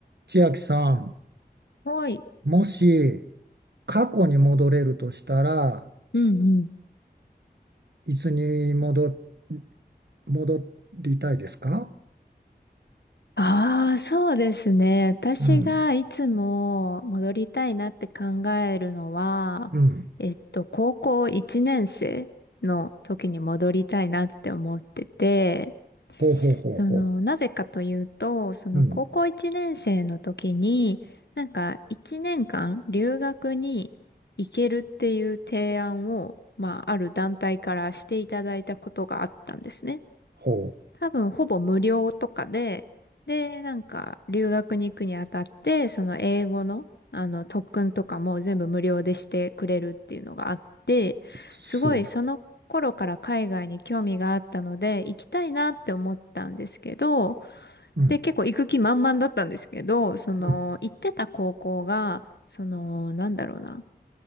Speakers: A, on the right; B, on the left.
A: 千秋さん、
B: はい。
A: もし過去に戻れるとしたら、
B: うんうん。
A: いつに戻、戻りたいですか
B: ああ、そうですね。私がいつも戻りたいなって考えるのは、
A: うん、うん、
B: えっと、高校1年生の時に戻りたいなって思ってて、
A: ほうほうほうほ
B: その、なぜかというと、その高校1年生の時に、
A: う、うん、
B: なんか1年間留学に行けるっていう提案を、まあ、ある団体からしていただいたことがあったんですね。
A: ほ
B: 多分ほぼ無料とかで、で、なんか留学に行くにあたって、その英語の、あの特訓とかも全部無料でしてくれるっていうのがあって、
A: う、すごい。
B: すごいその頃から海外に興味があったので、行きたいなって思ったんですけど、
A: うん、
B: で、結構行く気満々だったんですけど、その行ってた高校が、
A: うん、
B: その、なんだろうな。